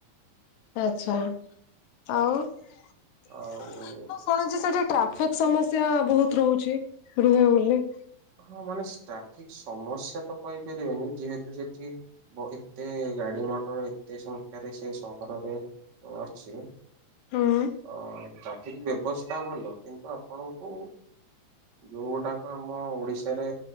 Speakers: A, on the left; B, on the right.
A: ଆଛା ଆଉ ମୁଁ
B: ଆଉ
A: ଶୁଣୁଛି ସେଠି ଟ୍ରାଫି କ୍ ସମସ୍ୟା ବହୁତ ରହୁଛି ରୁହେ ବୋଲି।
B: ହଁ ମାନେ ଟ୍ରାଫିକ ସମସ୍ୟା ତ କହି ପାରିବେନି ଯେହେତୁ ସେଠି ଏତେ ଗାଡି ମଟର ଏତେ ସଂଖ୍ୟାରେ ସେ ସହରରେ ଅଛି।
A: ହୁଁ
B: ଅ ଟ୍ରାଫିକ ବ୍ୟବସ୍ଥା ଭଲ କିନ୍ତୁ ଆପଣଙ୍କୁ ଯୋଉ ଗୁଡାକ ଆମ ଓଡିଶାରେ